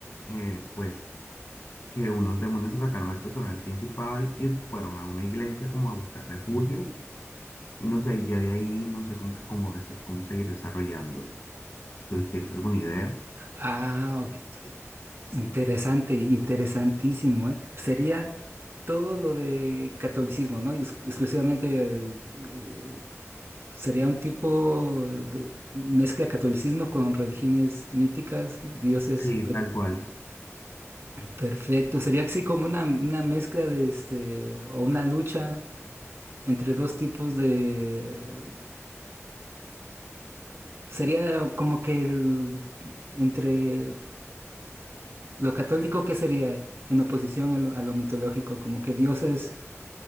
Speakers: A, on the left; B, on the right.
A: eh, pues, que unos demonios atacaron al personaje principal y fueron a una iglesia como a buscar refugio, y no sé, ya de ahí no sé cómo, que- cómo, desa- cómo seguir desarrollándolo. Entonces, ¿tienes alguna idea?
B: Ah, ok, Interesante, interesantísimo, ¿eh? Sería todo lo de catolicismo, ¿no? Ex- exclusivamente eh, sería un tipo de mezcla catolicismo con religiones míticas, dioses.
A: Sí, tal cual.
B: Perfecto, sería así como una, una mezcla de este, o una lucha entre dos tipos de... Sería como que el- entre lo católico que sería en oposición a lo, a lo mitológico, como que dioses